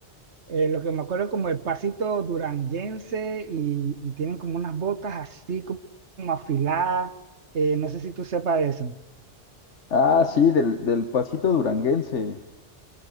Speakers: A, on the right; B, on the left.
A: eh, lo que me acuerdo como el pasito duranguense y, y tienen como unas botas así como, como afiladas. Eh, no sé si tú sepas de eso.
B: Ah, sí, del, del pasito duranguense.